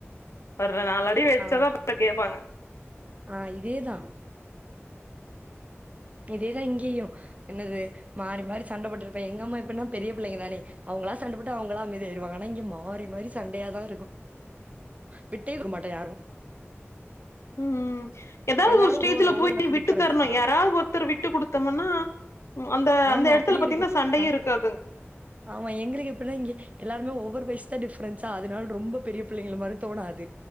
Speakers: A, on the left (about 70°); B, on the right (about 30°).
A: ஒரு நாள் அடி வச்சாதான்
B: ஆ
A: அப்றோம் கேப்பாங்க
B: ஆ இதேதான் இதேதான் இங்கேயும் என்னது மாறி மாறி சண்ட போட்டுருப்பேன் எங்கம்மா எப்டினா பெரிய பிள்ளைங்க தானே அவங்களா சண்டபோட்டு அவங்களா அமைதியாய்டுவாங்க ஆனா இங்க மாறி மாறி சண்டையா தான் இருக்கும் விட்டே குடுக்க மாட்டோம் யாரும்
A: ம் ம் ஏதாவது
B: எல்லாரும்
A: ஒரு ஸ்டேஜ்ல
B: ஒ ஒவ்வொரு
A: போய்
B: வயசு
A: விட்டு
B: டிஃபரன்ஸ்
A: தரணும்
B: தான்.
A: யாராவது ஒரு த்தர் விட்டு கொடுத்தோம்னா அந்த
B: ஆமா
A: அந்த இடத்துல
B: அப்டி
A: பாத்தீங்னா
B: இருக்கும்.
A: சண்டையே
B: நான்
A: இருக்காதுங்
B: ஆமா எங்களுக்கு எப்டின்னா இங்க எல்லாருமே ஒவ்வொரு வயசு தான் டிஃப்ரன்ஸா அதனால ரொம்ப பெரிய பிள்ளைங்கள மாரி தோணாது